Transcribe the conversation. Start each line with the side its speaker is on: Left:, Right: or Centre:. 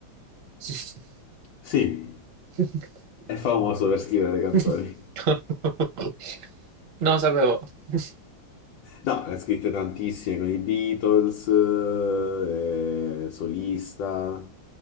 Right: <laughs>
Left: Sì,
Right: <laughs>
Left: è famoso per scrivere le canzoni.
Right: Non lo sapevo. <laughs>
Left: No, ne ha scritte tantissime con i Beatles, eh, solista.